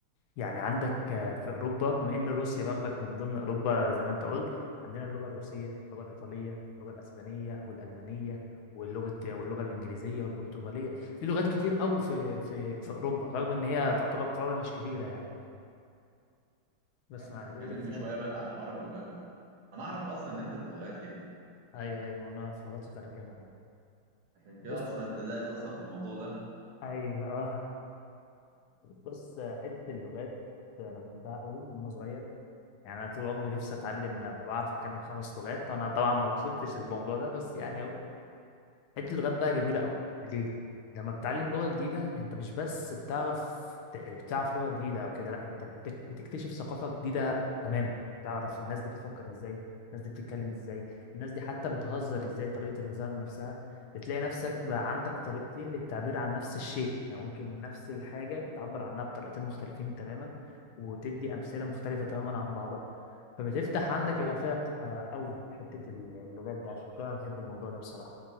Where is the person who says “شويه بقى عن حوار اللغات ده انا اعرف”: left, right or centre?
Right